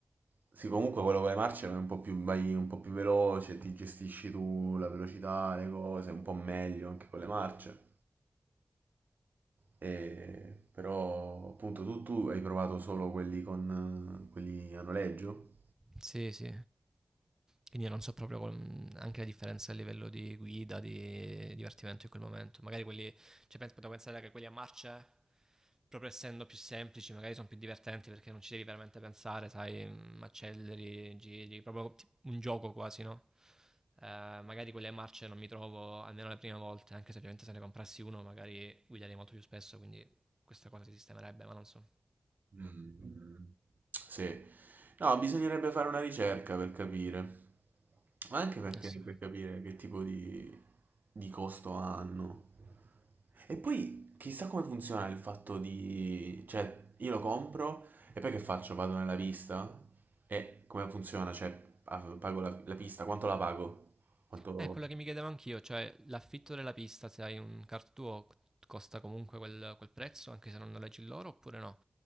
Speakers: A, on the right; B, on the right.
A: Sì, comunque quello con le marce è un po' più, vai un po' più veloce, ti gestisci tu la velocità, le cose, un po' meglio anche con le marce. E- però appunto tu, tu hai provato solo quelli con eh, quelli a noleggio?
B: Sì, sì. Quindi io non so proprio com- anche la differenza a livello di guida, di divertimento in quel momento. Magari quelli, cioè penso, potrei pensare che quelli a marce, proprio essendo più semplici, magari sono più divertenti perché non ci devi veramente pensare, sai, mm, acceleri, giri, proprio ti- un gioco quasi, no? Eh, magari quelle marce non mi trovo almeno le prime volte, anche se ovviamente se ne comprassi uno magari guiderei molto più spesso, quindi questa cosa si sistemerebbe, ma non so.
A: Mm, sì, no, bisognerebbe fare una ricerca per capire, ma anche perché
B: Eh sì.
A: per capire che tipo di, di costo hanno. E poi chissà come funziona il fatto di, cioè, io lo compro e poi che faccio? Vado nella pista? E come funziona? Cioè, ah, pago la, la pista, quanto la pago? Quanto...
B: È quello che mi chiedevo anch'io, cioè l'affitto della pista, se hai un kart tuo, costa comunque quel, quel prezzo, anche se non noleggi loro, oppure no?